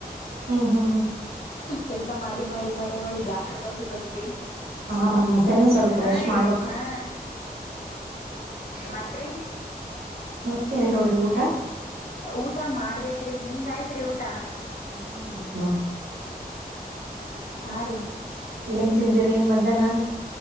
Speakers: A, on the right (about 75°); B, on the left (about 60°).
A: ಹೂ ಹೂ
B: ಕೆಲ್ಸ ಮಾಡಿ ಮಾಡಿ ಮಾಡಿ ಮಾಡಿ ಬ್ಯಾರಸ ಬಂದದಲ್ರಿ
A: ಹಾ ಮಧ್ಯಾಹ್ನ ಸ್ವಲ್ಪ
B: ಹಾ
A: ರೆಸ್ಟ್
B: ರೀ
A: ಮಾಡ್ಬೇಕು
B: ಹಾ ಮತ್ರಿ
A: ಮತ್ತ ಏನಲ್ಲ ನೋಡ್ರಿ ಊಟ
B: ಊಟ ಮಾಡ್ಬೇಕ್ರಿ ನಿಮ್ದ್ಯ್ತ್ರಿ ಊಟ
A: ಹ್ಮ್ ಆಯ್ತ್ ನೋಡ್
B: ಹಾ ರೀ
A: ಏನ್ ತಿಂದಿರಿ ಮಧ್ಯಾಹ್ನ